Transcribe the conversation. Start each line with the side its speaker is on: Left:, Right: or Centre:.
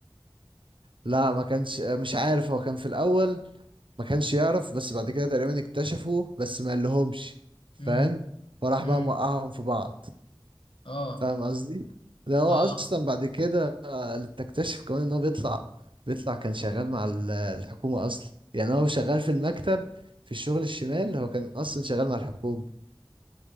Right: لا ما كانش مش عارف هو كان في الاول ما كانش يعرف بس بعد كده تقريبا اكتشفوا بس ما قالهمش فاهم
Left: امم
Right: فراح
Left: امم
Right: بقى موقعهم في بعض
Left: اه
Right: فاهم قصدي ده هو
Left: اه
Right: اصلا بعد كده آه، تكتشف كمان ان هو بيطلع بيطلع كان شغال مع ال- الحكومة اصلا يعني هو شغال في المكتب في الشغل الشمال هو كان اصلا شغال مع الحكومة